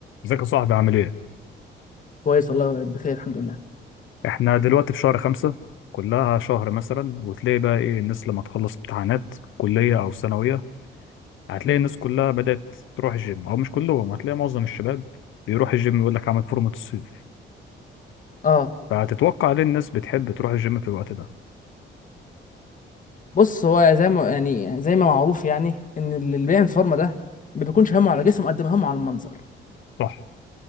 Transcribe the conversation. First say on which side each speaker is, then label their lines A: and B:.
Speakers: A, on the left; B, on the left.
A: ازيك يا صاحبي عامل ايه؟
B: كويس والله بخير الحمد لله
A: احنا دلوقتي في شهر خمسة كلها شهر مثلا وتلاقي بقى ايه الناس لما تخلص امتحانات كلية أو ثانوية هتلاقي
B: امم
A: الناس كلها بدأت تروح الجيم أو مش كلهم هتلاقي معظم الشباب بيروح الجيم يقول لك عامل فورمة الصيف
B: اه
A: فهتتوقع ليه الناس بتحب تروح الجيم في الوقت ده؟
B: بص هو زي ما يعني زي ما معروف يعني ان اللي بيعمل فورمه ده ما بيكونش همه على جسمه قد ما همه على المنظر
A: صح